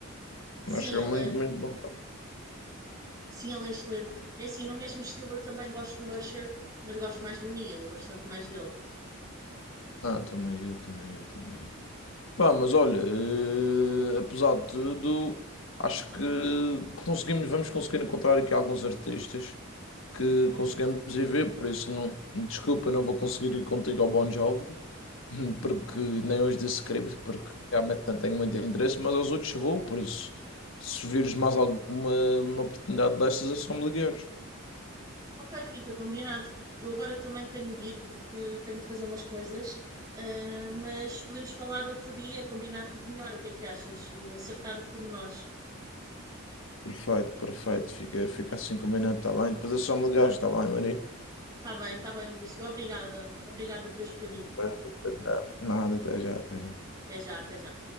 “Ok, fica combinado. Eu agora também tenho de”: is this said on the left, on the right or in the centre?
Right